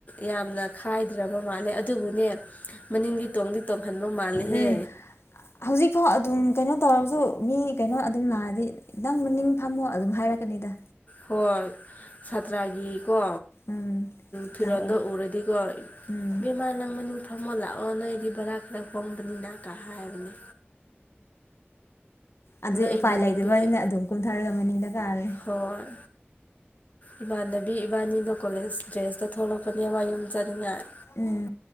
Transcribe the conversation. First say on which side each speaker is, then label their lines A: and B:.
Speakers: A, on the left; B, on the left.
A: ꯌꯥꯝꯅ ꯈꯥꯏꯗ꯭ꯔꯕ ꯃꯥꯜꯂꯦ ꯑꯗꯨꯕꯨꯅꯦ ꯃꯅꯤꯡꯒꯤ ꯇꯣꯡꯗꯤ ꯇꯣꯡꯍꯟꯕ ꯃꯥꯜꯂꯦꯍꯦ
B: ꯎꯝ ꯍꯧꯖꯤꯛꯐꯥꯎ ꯑꯗꯨꯝ ꯀꯩꯅꯣ ꯇꯧꯔꯁꯨ ꯃꯤ ꯀꯩꯅꯣ ꯑꯗꯨꯝ ꯂꯥꯛꯑꯗꯤ ꯅꯪ ꯃꯅꯤꯡ ꯐꯝꯃꯣ ꯑꯗꯨꯝ ꯍꯥꯏꯔꯛꯀꯅꯤꯗ
A: ꯍꯣꯏ ꯁꯥꯇꯔꯥꯒꯤ ꯀꯣ
B: ꯎꯝ ꯁꯥꯇ꯭ꯔ
A: ꯐꯤꯔꯣꯜꯗ
B: ꯑꯣꯏ
A: ꯎꯔꯗꯤꯀꯣ
B: ꯎꯝ
A: ꯕꯦꯃꯥ ꯅꯪꯕ ꯐꯝꯃꯣ ꯂꯥꯛꯑꯣ ꯅꯣꯏꯗꯤ ꯕꯔꯥ ꯈꯔ ꯍꯣꯡꯕꯅꯤꯅ ꯀ ꯍꯥꯏꯕꯅꯤ
B: ꯑꯗꯨ
A: ꯏꯃꯥꯟꯅꯕꯤ
B: ꯎꯄꯥꯏ ꯂꯩꯇꯕꯅ ꯑꯗꯨꯝ ꯀꯨꯝꯊꯔꯒ ꯃꯅꯤꯡꯗ ꯀꯥꯔꯦ
A: ꯍꯣꯏ ꯏꯃꯥꯟꯅꯕꯤ ꯏꯕꯥꯅꯤꯗꯣ ꯀꯣꯂꯦꯖ ꯗ꯭ꯔꯦꯁꯇ ꯊꯣꯛꯂꯛꯄꯅꯦ ꯋꯥ ꯌꯨꯝ ꯆꯥꯅꯤꯡꯉꯥꯏ
B: ꯎꯝ